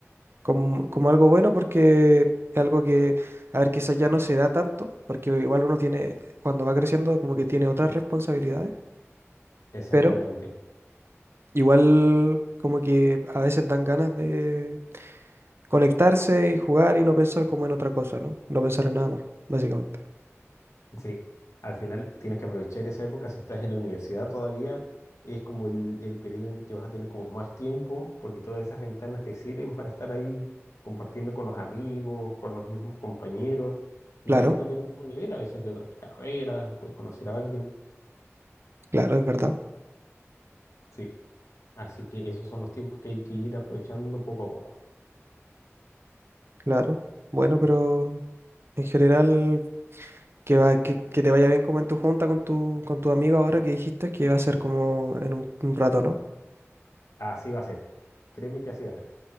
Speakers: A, on the right; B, on the left.
A: como, como algo bueno porque es algo que, a ver, quizás ya no se da tanto, porque igual uno tiene, cuando va creciendo, como que tiene otras responsabilidades,
B: Exactamente.
A: pero igual como que a veces dan ganas de conectarse y jugar y no pensar como en otra cosa, ¿no? No pensar en nada más, básicamente.
B: Sí, al final tienes que aprovechar esa época. Si estás en la universidad todavía, es como el, el periodo en el que vas a tener como más tiempo, porque todas esas ventanas te sirven para estar ahí compartiendo con los amigos, con los mismos compañeros, y
A: Claro,
B: no solo del mismo nivel, a veces de otras carreras, puedes conocer a alguien.
A: claro, es verdad,
B: Sí. Así que esos son los tiempos que hay que ir aprovechando poco a poco.
A: claro. Bueno, pero en general... Que, va, que, que te vaya bien como en tu junta con tu, con tu amigo ahora que dijiste que va a ser como en un, un rato, ¿no?
B: Así va a ser. Créeme que así va a ser.